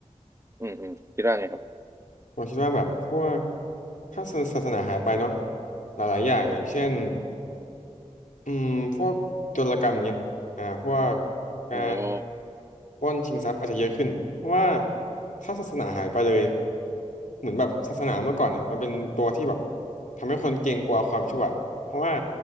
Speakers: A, on the right (about 20°); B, on the left (about 75°).
A: อืมอืมคิดว่าไงครับ
B: ผมคิดว่าแบบพวกถ้าศาสนาหายไปเนาะหลายๆอย่างอย่างเช่นอืมพวกโจรกรรมเงี้ยอ่าพวกการ
A: อืม
B: ปล้นชิงทรัพย์อาจจะเยอะขึ้นเพราะว่าถ้าศาสนาหายไปเลยเหมือนแบบศาสนาเมื่อก่อนเนี่ยมันเป็นตัวที่แบบทำให้คนเกรงกลัวความชั่วเพราะว่า